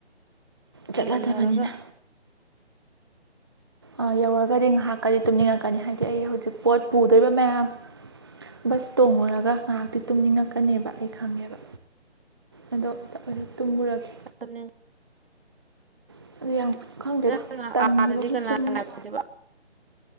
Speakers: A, on the right; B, on the right.
A: ꯑꯣꯏꯅ
B: ꯆꯠꯂꯗꯕꯅꯤꯅ꯫
A: ꯌꯧꯔꯒ
B: ꯑ ꯌꯧꯔꯒꯗꯤ ꯉꯥꯍꯥꯛꯀꯗꯤ ꯇꯨꯝꯅꯤꯡꯉꯛꯀꯅꯤ ꯍꯥꯏꯗꯤ ꯑꯩ ꯍꯧꯖꯤꯛ ꯄꯣꯠ ꯄꯨꯗꯣꯏꯕ ꯃꯌꯥꯝ_ _ ꯕꯁ ꯇꯣꯡꯉꯨꯔꯒ ꯉꯥꯍꯥꯛꯇꯤ ꯇꯨꯝꯅꯤꯡꯉꯛꯀꯅꯦꯕ ꯑꯩ ꯈꯪꯉꯦꯕ꯫ ꯑꯗꯣ ꯆꯠꯂ ꯇꯨꯝꯃꯨꯔꯒꯦ꯫
A: ꯇꯨꯝꯅꯤꯡ_ _
B: <unintelligible>
A: ꯅꯪ
B: ꯇꯟꯈꯤꯕꯁꯨ
A: ꯑꯥꯗꯗꯤ ꯀꯅꯥ
B: ꯇꯨꯝꯕ
A: ꯉꯥꯏꯕꯤꯗꯣꯏꯕ꯫